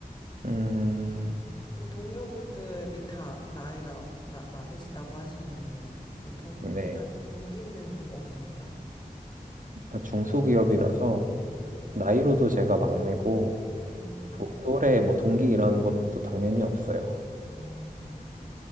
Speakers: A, on the right (about 60°); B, on the left (about 30°).
A: 음,
B: 음. 그럼 동료분들이 다 나이가 나, 많으시다고 하시면은 그럼 동기가
A: 네.
B: 동기는 없으세요?
A: 그러니까 중소기업이라서,
B: 음.
A: 나이로도 제가 막내고,
B: 음,
A: 도- 또래, 뭐, 동기 이런 것도 당연히 없어요.
B: 음.